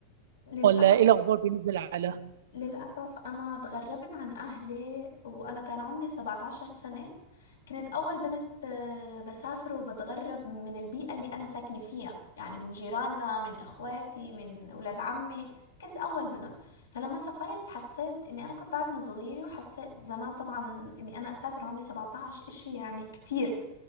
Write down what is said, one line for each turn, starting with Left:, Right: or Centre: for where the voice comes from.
Left: للأسف
Right: ولا ايه الاخبار بالنسبه للعائله
Left: للأسف أنا اتغربت عن أهلي وأنا كان عمري 17 سنة كنت أول بنت آه، بسافر وبتغرب من البيئة اللي أنا ساكنة فيها يعني من جيراننا من إخواتي من أولاد عمي كنت أول بنت فلما سافرت حسيت إني أنا كنت بعدني صغيرة وحسيت زمان طبعا إني أنا أسافر عمري 17 إشي يعني كتير